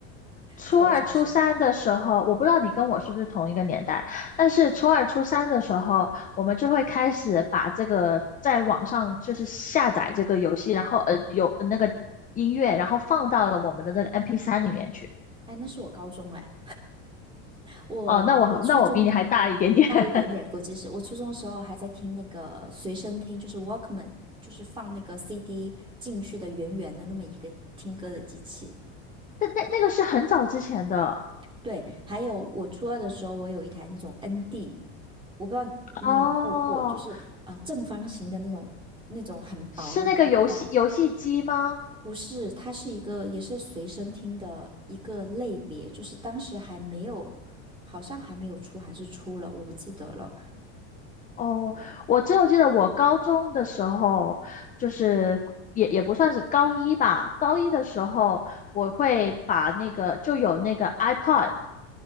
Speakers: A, on the left; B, on the right.
A: 初二、
B: 在我小时候，
A: 初三的时候，我不知道你跟我是不是同一个年代，但是初二、初三的时候，我们就会开始把这个在网上就是下载这个游戏，然后呃有呃那个音乐，然后放到了我们的那个 m p 三里面去。
B: 哎，那是我高中哎，我我初中的
A: 哦，那我那我比你还大一点点，
B: 大一点点，
A: <laughs>
B: 估计是我初中的时候还在听那个随身听，就是 Walkman，就是放那个 CD 进去的圆圆的那么一个听歌的机器。
A: 那那那个是很早之前的
B: 对，还有我初二的时候，我有一台那种 ND，我不知道你有没有过，
A: 哦，
B: 就是呃正方形的那种那种很薄的卡带，
A: 是那个游戏游戏机吗？
B: 不是，它是一个也是随身听的一个类别，就是当时还没有，好像还没有出，还是出了，我不记得了。
A: 哦，我只有记得我高中的时候，就是也也不算是高一吧，高一的时候我会把那个就有那个 iPod。